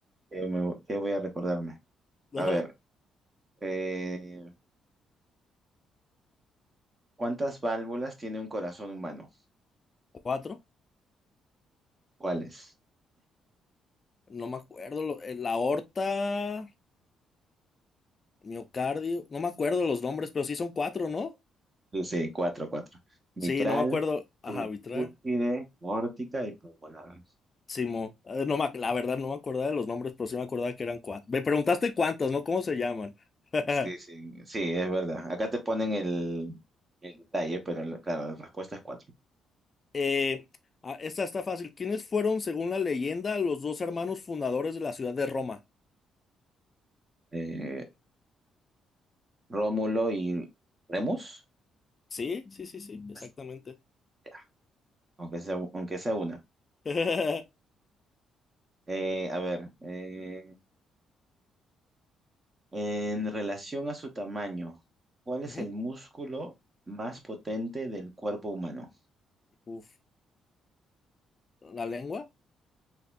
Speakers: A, on the right (about 30°); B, on the left (about 35°).
A: ¿Qué, me- qué voy a recordarme?
B: ¿No?
A: A ver, eh, ¿cuántas válvulas tiene un corazón humano?
B: ¿Cuatro?
A: ¿Cuáles?
B: No me acuerdo. lo- eh, La aorta, miocardio. No me acuerdo los nombres, pero sí son cuatro, ¿no?
A: Dice cuatro, cuatro. Mitral,
B: Sí, no me acuerdo. Ajá,
A: tricúspide,
B: arbitrar.
A: aórtica y pulmonar.
B: Simo. Eh, No me ac- la verdad, no me acordaba de los nombres, pero sí me acordaba que eran cuatro. Me preguntaste cuántas, ¿no? ¿Cómo se llaman? <laughs>
A: Sí, sí, sí, es verdad. Acá te ponen el, el detalle, pero la- claro, la respuesta es cuatro.
B: Eh, ah, esta está fácil. ¿Quiénes fueron, según la leyenda, los dos hermanos fundadores de la ciudad de Roma?
A: Eh, Rómulo y Remus,
B: Sí, sí, sí, sí, exactamente.
A: Así, ya, aunque sea, aunque sea una.
B: <laughs>
A: Eh, a ver, eh, En relación a su tamaño, ¿cuál es
B: Ujú.
A: el músculo más potente del cuerpo humano?
B: Uf, ¿la lengua?